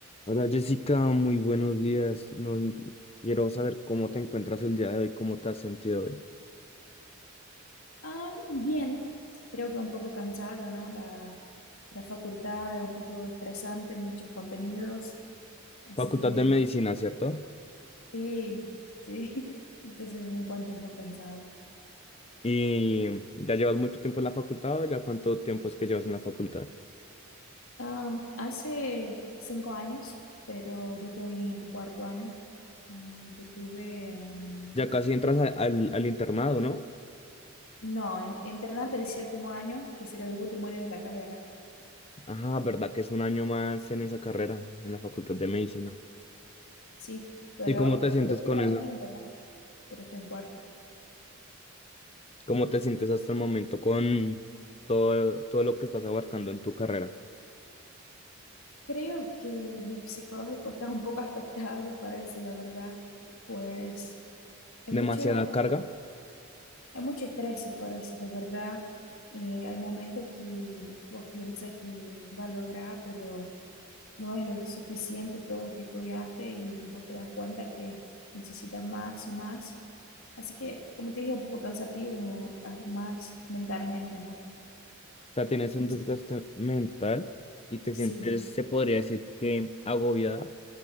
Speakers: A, on the left; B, on the left.
A: Hola Jessica, muy buenos días. Nos, quiero saber cómo te encuentras el día de hoy, cómo te has sentido hoy.
B: Ah, bien, creo que un poco cansada, ¿no? La, la facultad es un poco estresante, muchos contenidos, así
A: Facultad
B: que
A: de Medicina, ¿cierto?
B: sí, sí, <laughs> entonces me encuentro un poco cansada.
A: ¿Y ya llevas mucho tiempo en la facultad o ya cuánto tiempo es que llevas en la facultad?
B: Am, hace cinco años, pero yo estoy en cuarto año, mm, yo tuve un...
A: Ya casi entras a- al, al internado, ¿no?
B: No, en- internato de séptimo año, que será el último año de la carrera.
A: Ajá, ¿verdad que es un año más en esa carrera, en la Facultad de
B: Sí,
A: Medicina?
B: sí, pero...
A: ¿Y cómo te sientes
B: tú creo
A: con
B: está
A: eso?
B: en quinto, ¿no? Pero está en cuarto.
A: ¿Cómo te sientes hasta el momento con todo, todo lo que estás abarcando en tu carrera?
B: Creo que mi psicológico está un poco <laughs> afectado, para decir la verdad, pues hay
A: ¿Demasiada
B: mucho,
A: carga?
B: hay mucho estrés, para decir la verdad. Eh, hay momentos que vos piensas que va a lograr, pero no es lo suficiente todo lo que estudiaste y vos te das cuenta que necesitas más y más. Así que, como te dije, un poco cansativo ah, más mentalmente, ¿no?
A: sea, tienes un desgaste
B: Sí,
A: mental y te
B: sí.
A: sientes, se podría decir que agobiada